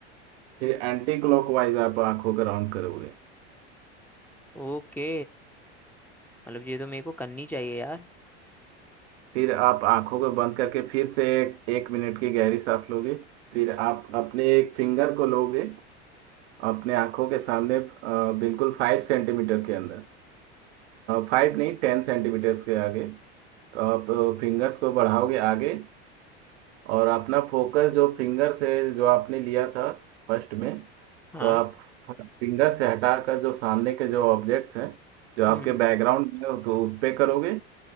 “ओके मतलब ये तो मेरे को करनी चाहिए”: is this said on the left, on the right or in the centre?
Centre